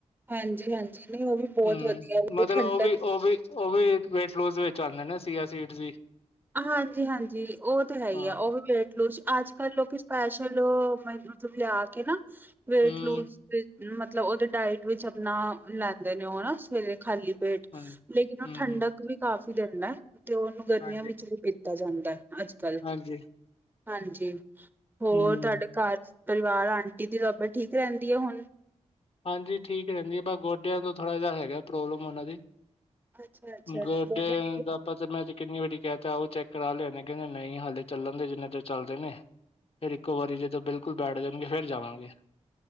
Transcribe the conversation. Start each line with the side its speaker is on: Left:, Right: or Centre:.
Right: ਹਾਂਜੀ-ਹਾਂਜੀ ਨਹੀਂ ਉਹ ਵੀ ਬਹੁਤ
Left: ਹਮ,
Right: ਵਧੀਆ
Left: ਮਤਲਬ
Right: ਠੰਡਕ
Left: ਉਹ ਵੀ ਉਹ ਵੀ ਉਹ ਵੀ, ਵੇਟ ਲੂਜ ਵਿੱਚ ਆਉਂਦੇ ਨੇ ਸੀਆ ਸੀਡ ਵੀ।
Right: ਹਾਂਜੀ ਹਾਂਜੀ, ਉਹ ਤਾਂ ਹੈ ਹੀ
Left: ਹਾਂ
Right: ਆ, ਉਹ ਵੀ ਲੂਜ ਅੱਜ ਕੱਲ ਲੋਕੀ ਸਪੈਸ਼ਲ, ਮਤਲਬ ਲਿਆ ਕੇ ਨਾ ਵੇਟ
Left: ਹਮ
Right: ਲੂਜ ਮਤਲਬ ਉਹਦੇ ਡਾਇਟ ਵਿੱਚ ਆਪਣਾ ਲੈਂਦੇ ਨੇ, ਉਹ ਨਾ ਸਵੇਰੇ ਖਾਲੀ ਵੇਟ,
Left: ਹਾਂਜੀ
Right: ਲੇਕਿਨ ਉਹ
Left: ਹਮ
Right: ਠੰਡਕ
Left: ਹਮ
Right: ਵੀ ਕਾਫੀ ਦਿੰਦਾ ਹੈ। ਤੇ ਉਹਨੂੰ ਗਰਮੀਆਂ
Left: ਹਾਂਜੀ
Right: ਵਿੱਚ ਨਹੀਂ ਪੀਤਾ ਜਾਂਦਾ ਅੱਜ ਕੱਲ,
Left: ਹਾਂਜੀ
Right: ਹਾਂਜੀ ਹੋਰ
Left: ਹਮ
Right: ਤੁਹਾਡੇ ਘਰ ਚ ਪਰਿਵਾਰ, ਆਂਟੀ ਦੀ ਤਬੀਅਤ ਠੀਕ ਰਹਿੰਦੀ ਹੈ ਹੁਣ?
Left: ਹਾਂਜੀ ਠੀਕ ਰਹਿੰਦੀ ਹੈ। ਪਰਾਂ ਗੋਡਿਆਂ ਤੋਂ ਥੋੜ੍ਹਾ ਜਿਹਾ ਹੈਗਾ ਪ੍ਰੋਬਲਮ ਉਹਨਾਂ ਦੀ।
Right: ਅੱਛਾ-ਅੱਛਾ
Left: ਗੋਡੇ
Right: ਗੋਡਿਆਂ ਦੀ
Left: ਦਾ ਪਤਾ ਮੈਂ ਤੇ ਕਿੰਨੀ ਵਾਰੀ ਕਹਿ ਤਾ, ਉਹ ਚੈੱਕ ਕਰਾ ਲਿਆਣੇ, ਕਹਿੰਦੇ ਨਹੀਂ ਹਾਲੇ ਚੱਲਣ ਦੇ ਜਿੰਨੇ ਚ ਚੱਲਦੇ ਨੇ ਫਿਰ ਇੱਕੋ ਵਾਰੀ ਜਦੋਂ ਬਿਲਕੁਲ ਬੈਠ ਜਾਣਗੇ। ਫਿਰ ਜਾਵਾਂਗੇ।